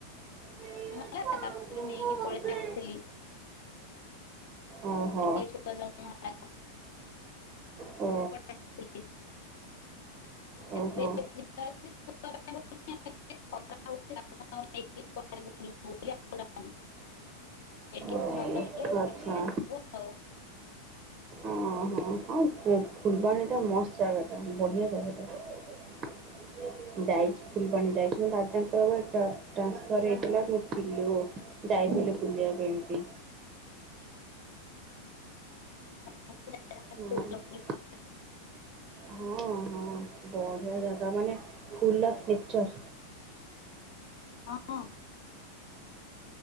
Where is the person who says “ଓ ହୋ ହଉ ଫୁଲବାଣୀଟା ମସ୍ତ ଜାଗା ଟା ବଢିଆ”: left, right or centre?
Right